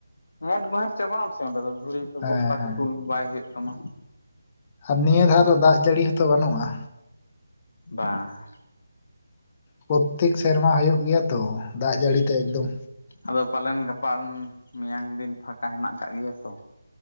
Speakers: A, on the left; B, on the left.
A: ᱮᱸᱦᱮᱴ ᱜᱮᱸᱦᱮᱴ ᱪᱟᱵᱟᱜ ᱟᱢ ᱥᱮ ᱚᱸᱰᱮ ᱫᱚ ᱫᱷᱩᱲᱤ ᱠᱚ
B: ᱦᱮᱸ
A: ᱵᱚᱥᱛᱟ
B: ᱦᱮᱸ
A: ᱠᱚ ᱛᱩᱞ ᱵᱟᱭ ᱦᱩᱭᱩᱜ ᱛᱟᱢᱟ᱾
B: ᱟᱨ ᱱᱤᱭᱟᱹ ᱫᱷᱟᱣ ᱫᱚ ᱫᱟᱜ ᱡᱟᱹᱲᱤ ᱦᱚᱸᱛᱚ ᱵᱟᱹᱱᱩᱜ-ᱟ?
A: ᱵᱟᱝ᱾
B: ᱯᱨᱚᱛᱮᱠ ᱥᱮᱨᱢᱟ ᱦᱩᱭᱩᱜ ᱜᱮᱭᱟ ᱛᱚ ᱫᱟᱜ ᱡᱟᱹᱲᱤ ᱛᱮ ᱮᱠᱫᱚᱢ
A: ᱟᱫᱚ ᱯᱟᱞᱮᱱ ᱜᱟᱯᱟ ᱢᱮᱭᱟᱝ ᱫᱤᱱ ᱯᱷᱟᱠᱟ ᱦᱮᱱᱟᱜ ᱟᱠᱟᱫ ᱜᱮᱭᱟ ᱛᱚ᱾